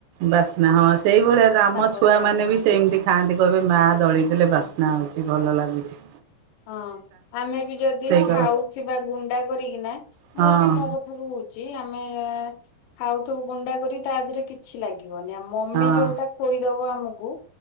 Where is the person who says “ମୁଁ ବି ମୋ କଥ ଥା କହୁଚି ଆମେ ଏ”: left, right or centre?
Left